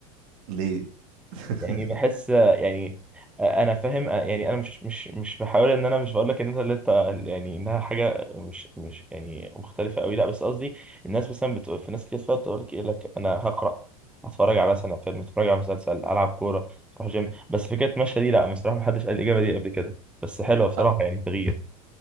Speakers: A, on the right; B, in the centre.
A: ليه <laughs>
B: يعني بحس يعني آه، انا فاهم آه، يعني انا مش مش مش بحاول ان انا مش بقول لك ان انت اللي انت يعني انها حاجه مش مش يعني مختلفه قوي لا بس قصدي الناس مثلا بتقول في ناس كتير فات تقول لك ايه لك انا هقرا هتفرج على مثلا فيلم اتفرج على مسلسل العب كوره اروح جيم بس فكره مشى دي لا بصراحه ما حدش قال الاجابه دي قبل كده بس حلوه بصراحه
A: أ-
B: يعني تغيير